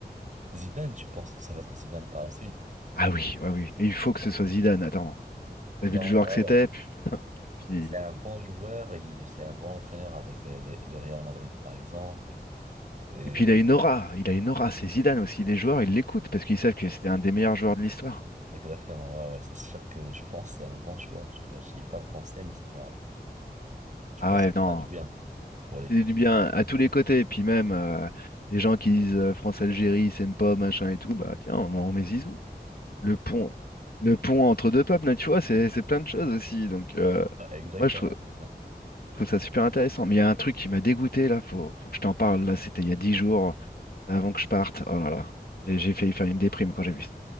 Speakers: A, on the right; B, on the left.
A: Zidane, tu penses que ça va être Zidane par la suite?
B: Ah oui, ouais, oui. Et il faut que ce soit Zidane, attends. T'as
A: Bah,
B: vu le joueur
A: en vrai,
B: que c'était?
A: ouais.
B: Puis, puis-
A: c'est un bon joueur, il- c'est un bon entraîneur avec euh, le, le Real Madrid, par exemple. Et
B: Et puis il a une aura, il a une aura, c'est Zidane aussi. Les joueurs, ils l'écoutent parce qu'ils savent que c'était un des meilleurs joueurs de l'histoire.
A: exactement, ouais, ouais, c'est sûr que je pense que c'est un bon choix, tu vois. J'y ai pas pensé, mais ça va. Je
B: Ah
A: pense
B: ouais,
A: que ça
B: non.
A: va faire du bien pour l'équipe.
B: C'est du bien à tous les côtés. Et puis même, euh, les gens qui disent euh, France-Algérie, c'est pas machin et tout, bah tiens, on, en met Zizou. Le pont, le pont entre deux peuples, là, tu vois, c'est c'est plein de choses aussi. Donc, euh,
A: Ouais, exactement,
B: moi, je trouve,
A: c'est ça.
B: je trouve ça super intéressant. Mais il y a un truc qui m'a dégoûté, là, faut, faut que je t'en parle. Là, c'était il y a dix jours, avant que je parte. Oh là là, j'ai j'ai failli faire une déprime quand j'ai vu ça.